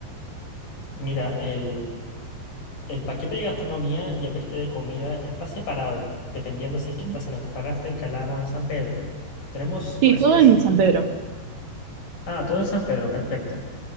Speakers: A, on the left (about 45°); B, on the right (about 65°).
A: Mira, el, El paquete de gastronomía y el paquete de comida está separado, dependiendo si es que
B: Ujú.
A: estás en Antofagasta, en Calama o en San Pedro. Tenemos, por
B: Sí,
A: así
B: todo
A: decir,
B: en San
A: un...
B: Pedro.
A: Ah, todo en San Pedro, perfecto.